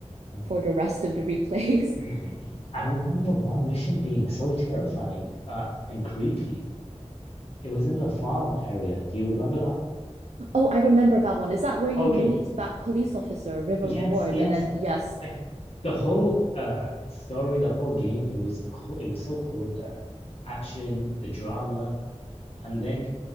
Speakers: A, on the left; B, on the right.
A: <clears throat>
B: for the rest of the replays. <laughs>
A: Mm. I remember one mission being so terrifying uh, and creepy. It was in the farm area. Do you remember that?
B: Oh, I remember that one. Is that where you
A: Okay.
B: meet that police officer, River
A: Yes,
B: Ward?
A: yes.
B: And then, yes,
A: I the whole uh story, the whole game, it was cool. It was so cool. The action, the drama, and then